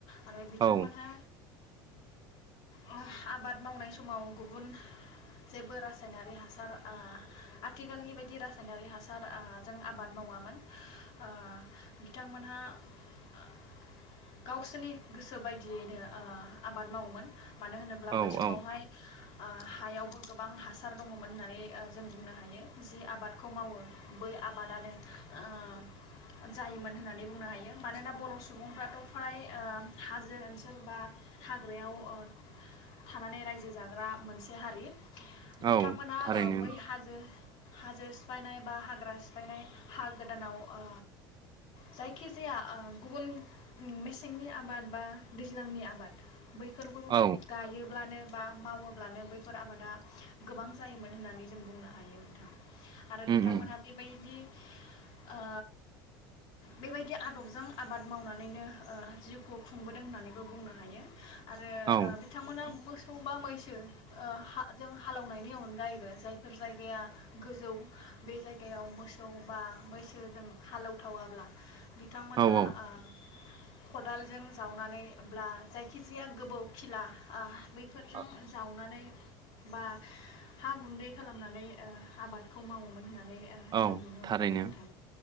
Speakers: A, on the left; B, on the right.
A: आरो बिथांमोनहा
B: औ
A: हो आबाद मावनाय समाव गुबुन जेबो रासायनारि हासार ओ आथिखालनि बायदि रासायनारि हासार ओ जों आबाद मावामोन ओ बिथांमोनहा ओ गावसोरनि गोसो बायदियैनो ओ आबाद मावोमोन मानो होनोब्ला
B: औ
A: बै समावहाय
B: औ
A: ओ हायावबो गोबां हासार दङमोन ओ होननानै जों बुंनो हायो जि आबादखौ मावो बै आबादानो ओ जायोमोन होननानै बुंनो हायो मानोना बर सुबुंफ्राथ फ्राय ओ हाजो ओनसोल बा हाग्रायाव ओ थानानै रायजो जाग्रा मोनसे से हारि बिथांमोना
B: औ थारैनो
A: ओ बै हाजो हाजो सिफायनाय बा हाग्रा सि बायनाय हा गोदानाव ओ जायखिजाया ओ गुबुन उम मेसेंनि आबाद बा दैज्लांनि आबाद बैफोरखौ
B: औ
A: गायोब्लानो बा मावो ब्लानो बैफोर आबादा गोबां जायोमोन होननानै जों बुंनो हायो नोंथां आरो
B: उम
A: बिथांमोनहा
B: उम
A: बेबायदि ओ। बेबायदि आदबजों आबाद मावनानैनो ओ जिउखौ खुंबोदों होननानै बो बुंनो हायो हो आरो
B: औ
A: ओ बिथांमोना बो मोसौ बा मैसो ओ हा जों हालौनायनि अनगायैबो जायफोर जायगाया गोजौ बे जायगायाव मोसौ बा मैसोजों हालौथावाब्ला बिथांमोनहा
B: औ
A: ओ खदालजों जावनानैब्ला जायखिजाया गोबौ खिला ओ बैफोरजों
B: औ
A: जावनानै बा हा गुन्दै खालामनानै ओ आबादखौ मावोमोन होनना नानै
B: औ
A: जों नुनो
B: थारैनो
A: मोनदों नोंथां।